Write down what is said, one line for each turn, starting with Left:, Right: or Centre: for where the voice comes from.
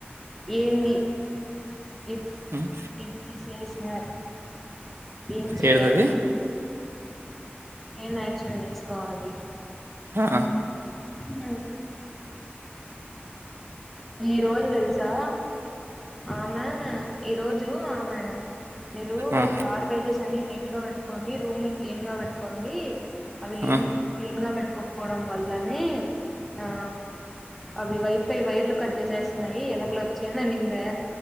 Centre: ఏంది ఇఫ్
Right: ఉమ్,
Centre: ఇఫ్ విసేస్ యార్ ఏం చెయాలి
Right: ఏడిది అది
Centre: ఏం యాక్షన్ తీసుకోవాలి
Right: ఆ
Centre: ఉహు ఈ రోజు తెలుసా ఆమె ఈరోజు ఆమె మీరు
Right: ఆ,
Centre: గార్బేజెస్ అన్ని నీట్గా పె పెట్టుకోండి రూమ్ ను క్లీన్ గా పెట్టుకోండి అవి లీన్
Right: ఆ,
Centre: క్లీన్ గా పెట్టుకోకపోవడం వల్లనే ఆ అవి వైఫై వైర్లు నేస్తున్నాయి ఎలకలు వచ్చి అని అనిందే